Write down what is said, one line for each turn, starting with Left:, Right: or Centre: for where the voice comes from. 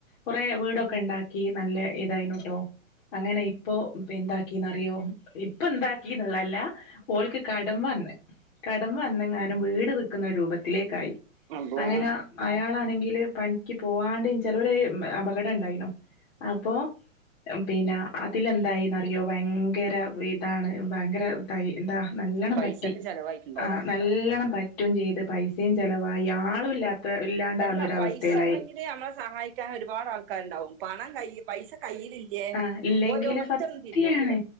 Left: കുറെ വീടൊക്കെ ഉണ്ടാ ക്കി നല്ല ഇതായിനുട്ടോ. അങ്ങനെ ഇപ്പോ ഇപ്പൊ എന്താക്കീന്ന്റിയോ ഇപ്പൊ എന്താക്കിന്നുള്ളതല്ല ഓൽക്ക് കടം വന്ന് കടം വന്നങ്ങാനും വീട് വിൽക്കുന്ന രൂപത്തിലേക്കായി,
Right: അപ്പോ
Left: അങ്ങനെ അയാളാണെങ്കില് പണിക്ക് പോവാണ്ടിം ചെറിയൊരു അപകടം ഉണ്ടായിണു. അപ്പൊ പിന്നെ അതിലെന്തായിന്ന്റിയോ ഭയങ്കര ഇതാണ് ഭയങ്കര ഇതായി എന്താ നല്ലോണം
Right: പൈസ
Left: പറ്റി.
Right: ഒക്കെ ചെലവായിട്ടുണ്ടാവും
Left: ആ നല്ലോണം പറ്റും ചെയ്ത് പൈസയും ചെല വായി അയാളും ഇല്ലാത്ത ഇല്ലാണ്ടാവുന്ന
Right: അല്ല
Left: ഒരവസ്ഥയിലായി.
Right: പൈസ ഉണ്ടെങ്കിൽ നമ്മളെ സഹായിക്കാൻ ഒരുപാട് ആൾക്കാരുണ്ടാവും പണം കൈ പൈസ കയ്യിലില്ലേ
Left: ആഹ് ഇല്ലെങ്കില്
Right: ഒരൊറ്റൊന്നും
Left: സത്യാണ്.
Right: തിരിഞ്ഞു നോക്കൂല